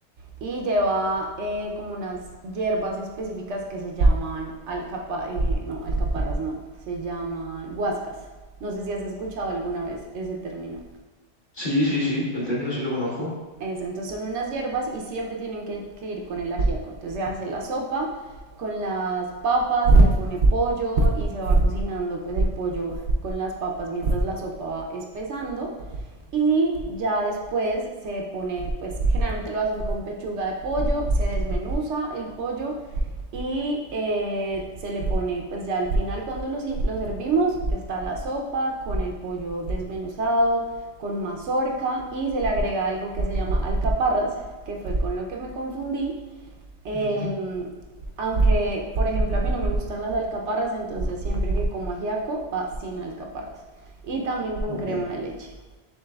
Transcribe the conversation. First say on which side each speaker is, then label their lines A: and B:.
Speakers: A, on the right; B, on the left.
A: y lleva eh, como unas hierbas específicas que se llaman alcapa, eh, no, alcaparras no, se llaman guascas. No sé si has escuchado alguna vez ese término.
B: Sí, sí, sí, el término sí lo conozco.
A: Eso, entonces son unas hierbas y siempre tienen que, que ir con el ajíaco. Entonces se hace la sopa con las papas, se le pone pollo y se va cocinando pues el pollo con las papas mientras la sopa va espesando y ya después se pone pues generalmente lo hacen con pechuga de pollo, se desmenuza el pollo y eh, se le pone, pues ya al final cuando lo, si- lo servimos, está la sopa con el pollo desmenuzado, con mazorca y se le agrega algo que se llama alcaparras, que fue con lo que me confundí. Em,
B: Ujú,
A: aunque, por ejemplo, a mí no me gustan las alcaparras, entonces siempre que como ajiaco va sin alcaparras. Y también con
B: ok.
A: crema de leche.